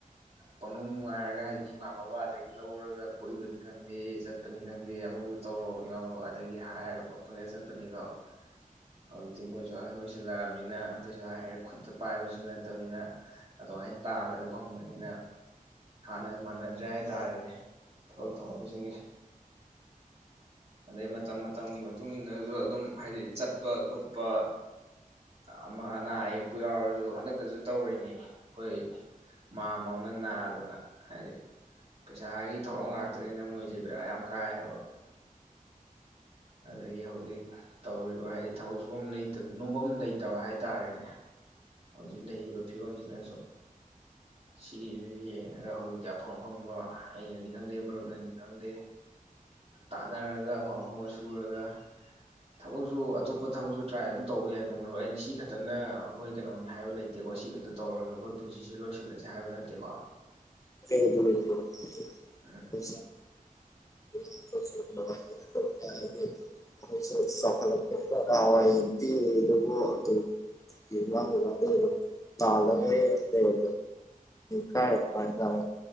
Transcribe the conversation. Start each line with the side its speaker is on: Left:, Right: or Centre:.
Right: ꯄꯡꯅꯨꯡ ꯅꯨꯡꯉꯥꯏꯔꯒ ꯍꯥꯏꯗꯤ ꯏꯃꯥ ꯕꯕꯥꯗꯒꯤ ꯂꯧꯔꯒ ꯀꯣꯏꯕꯅꯤ ꯈꯪꯗꯦ ꯆꯠꯄꯅꯤ ꯈꯪꯗꯦ ꯑꯃꯕꯨ ꯇꯧꯔꯣ ꯏꯃꯥ ꯕꯕꯥꯗꯒꯤ ꯍꯥꯏꯔꯒ ꯄꯪꯆꯠꯇ ꯆꯠꯄꯅꯤꯗꯣ ꯍꯧꯖꯤꯛꯇꯤ ꯃꯣꯏꯁꯨ ꯑꯍꯟ ꯑꯣꯏꯁꯤꯜꯂꯛꯑꯝꯅꯤꯅ ꯄꯩꯁꯥ ꯍꯥꯏꯔꯦ ꯈꯨꯠꯇ ꯄꯥꯏꯕꯁꯨ ꯅꯠꯇꯕꯅꯤꯅ ꯑꯗꯨꯃꯥꯏꯅ ꯇꯥꯜꯂꯒ ꯐꯪꯕꯅꯤꯅ ꯍꯥꯟꯅꯒ ꯃꯥꯟꯅꯗ꯭ꯔꯦ ꯍꯥꯏꯇꯥꯔꯦꯅꯦ ꯊꯕꯛ ꯊꯧꯔꯝꯁꯤꯡꯁꯦ ꯑꯗꯩ ꯃꯇꯝ ꯃꯇꯝꯒꯤ ꯃꯇꯨꯡ ꯏꯟꯅꯁꯨ ꯑꯗꯨꯝ ꯍꯥꯏꯗꯤ ꯆꯠꯄ ꯈꯣꯠꯄ ꯑꯃ ꯑꯅꯥ ꯑꯌꯦꯛꯄꯨ ꯌꯥꯎꯔꯁꯨ ꯍꯟꯗꯛꯇꯁꯨ ꯇꯧꯔꯤꯅꯤ ꯑꯩꯈꯣꯏ ꯃꯥꯝꯃ ꯑꯃ ꯑꯃ ꯅꯥꯗꯅ ꯍꯥꯏꯗꯤ ꯄꯩꯁꯥꯒꯤ ꯊꯧꯔꯝ ꯉꯥꯛꯇꯅꯤꯅ ꯃꯣꯏꯁꯦ ꯕꯦꯔꯥ ꯌꯥꯝ ꯀꯥꯏꯌꯦꯕ ꯑꯗꯒꯤ ꯍꯧꯖꯤꯛ ꯇꯧꯔꯤꯕ ꯍꯥꯏꯗꯤ ꯊꯕꯛ ꯁꯨꯐꯝꯇ ꯅꯣꯐꯝ ꯂꯩꯇꯕ ꯍꯥꯏꯇꯥꯥꯔꯦꯅꯦ ꯍꯧꯖꯤꯛ ꯂꯩꯔꯤꯕ ꯐꯤꯕꯝꯁꯤꯗꯁꯨ ꯁꯤꯒꯤꯁꯨ ꯌꯦꯡꯉꯒ ꯍꯧꯖꯤꯛꯇꯤ ꯑꯐꯪ ꯑꯐꯪꯕ ꯑꯩꯅꯅꯤ ꯈꯪꯗꯦ ꯃꯔꯨꯞꯅꯅꯤ ꯈꯪꯗꯦ ꯇꯥꯟꯅꯔꯒ ꯑꯐꯪ ꯑꯐꯪꯕ ꯁꯨꯔꯒ ꯊꯕꯛꯁꯨ ꯑꯇꯣꯞꯄ ꯊꯕꯛꯁꯨ ꯇ꯭ꯔꯥꯏ ꯑꯗꯨꯝ ꯇꯧꯕ ꯌꯥꯏꯀꯣ ꯃꯔꯨ ꯑꯩꯅ ꯁꯤ ꯈꯛꯇꯅ ꯑꯩꯈꯣꯏ ꯀꯩꯅꯣꯅꯤ ꯍꯥꯏꯕ ꯂꯩꯇꯦꯀꯣ ꯁꯤ ꯈꯛꯇ ꯇꯧꯔꯒ ꯑꯩꯈꯣꯏ ꯄꯨꯟꯁꯤꯁꯦ ꯂꯣꯏꯁꯤꯜꯂꯁꯤ ꯍꯥꯏꯕ ꯅꯠꯇꯦꯀꯣ
Left: <unintelligible>
Right: ꯎꯝ
Left: <unintelligible> ꯇꯂꯔ ꯂꯩ ꯀ ꯑꯗꯨꯃꯥꯏꯇꯥꯔꯦ